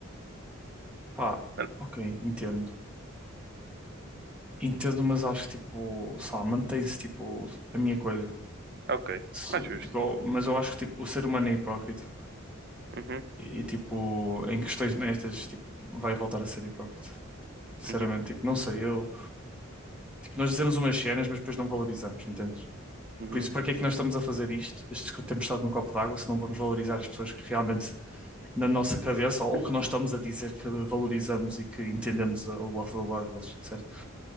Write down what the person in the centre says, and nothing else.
Pá,
ok, entendo. Entendo, mas acho que tipo, sei lá, mantém-se tipo a minha coisa.
Se-
Tipo, eu- mas eu acho que tipo, o ser humano é hipócrita
e, e, tipo, em questões nestas, tipo, vai voltar a ser hipócrita. Sinceramente,
tipo, não sei, eu, tipo, nós dizemos umas cenas, mas depois não valorizamos, entendes?
Por isso, para que é que nós estamos a fazer isto? Estes que temos estado num copo d'água, se não vamos valorizar as pessoas que realmente na nossa cabeça ou, que nós estamos a dizer que valorizamos e que entendemos a- o lado do lado deles, certo?